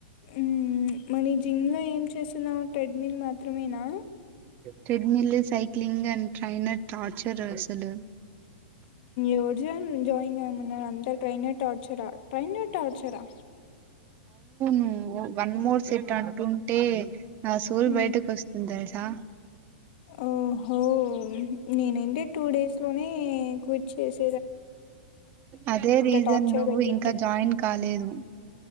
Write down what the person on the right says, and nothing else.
treadmill, cycling, and trainer torture అసల్
<inaudible> వన్ మోర్ సెట్ అంటుంటే నా సోల్
బయటకు వస్తుంది తెలుసా
అదే రీజన్
నువ్వు
ఇంకా జాయిన్ కాలేదు.